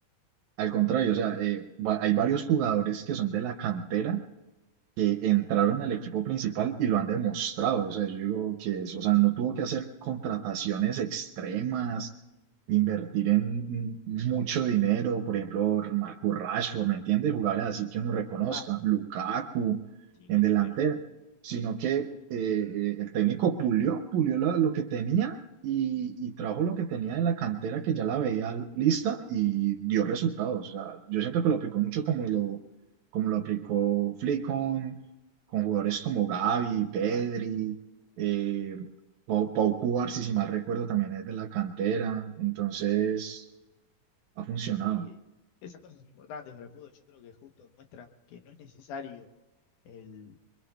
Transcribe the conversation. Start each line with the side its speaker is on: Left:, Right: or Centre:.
Right: Al contrario, o sea, eh, va- hay varios jugadores que son de la cantera que entraron al equipo principal y lo han demostrado. O sea, yo digo que es- o sea, no tuvo que hacer contrataciones extremas, invertir en mm, mucho dinero, por ejemplo, Marcus Rashford, ¿me entiendes? Jugadores así que uno reconozca,
Left: de verdad.
Right: Lukaku
Left: Sí,
Right: en
Left: no
Right: delantera,
Left: tuvieron un-
Right: sino que eh, eh, el técnico pulió, pulió la- lo que tenía. Y, y trajo lo que tenía de la cantera que ya la veía lista y dio resultados. O sea, yo siento que lo aplicó mucho como lo, como lo aplicó Flick con, con jugadores como Gavi, Pedri,
Left: Claro.
Right: eh, Pau, Pau Cubarsí, si si mal recuerdo, también es de la cantera, entonces
Left: Y,
Right: ha funcionado,
Left: y esas cosas son importantes para el fútbol. Yo creo que justo muestran que no es necesario el,